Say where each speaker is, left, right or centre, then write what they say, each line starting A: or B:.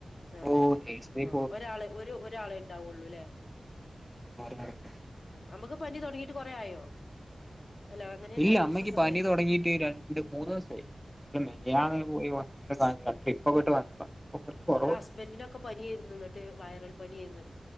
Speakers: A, on the left; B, in the centre.
A: ആഹ്
B: ഓ
A: ആഹ്
B: നഴ്സറി
A: ആഹ് ഒരാള് ഒരു ഒരാളെ ഉണ്ടാവുള്ളൂ ല്ലേ?
B: ആറ് മണിക്ക്
A: അമ്മക്ക് പനി തൊടങ്ങീട്ട് കൊറേ ആയോ? അല്ല അങ്ങനെയല്ല
B: ഇല്ല
A: രണ്ട്
B: അമ്മയ്ക്ക്
A: ദിവസമൊക്കെ
B: പനി
A: ആയോ
B: തൊടങ്ങീട്ട് രണ്ട് മൂന്ന് ദിവസായി <unintelligible>
A: ആ
B: പോയി വന്ന് <unintelligible> ട്രിപ്പൊക്കെട്ട് വന്നതാ ഇപ്പൊ കുറച്ച് കുറവുണ്ട്
A: ഇവിടെ ഹസ്ബന്റിനൊക്കെ പനിയായിരുന്നു ഇന്നിട്ട് വൈറൽ പനിയായിരുന്ന്